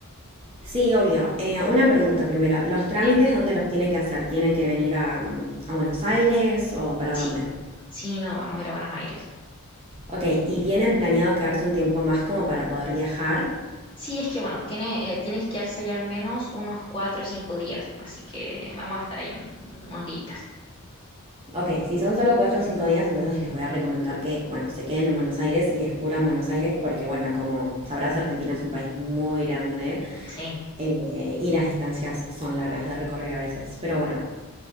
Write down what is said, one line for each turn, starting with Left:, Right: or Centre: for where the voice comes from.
Right: Sí, obvio. Eh, una pregunta primero. ¿Los trámites
Left: Bien,
Right: dónde los tienen que hacer? ¿Tienen que venir a, mm, a Buenos Aires o para
Left: sí,
Right: dónde?
Left: sí, no, vamos a ir a Buenos Aires.
Right: Ok, ¿y tienen planeado quedarse un tiempo más como para poder viajar?
Left: Sí, es que bueno, tiene, eh, tiene que quedarse allá al menos unos cuatro o cinco días, así que vamos a estar ahí un- unos días.
Right: Ok, si son solo cuatro o cinco días, entonces les voy a recomendar que, bueno, se queden en Buenos Aires y descubran Buenos Aires porque, bueno, como sabrás, Argentina es un país muy grande
Left: Sí,
Right: eh, y las distancias son largas de recorrer a veces. Pero bueno,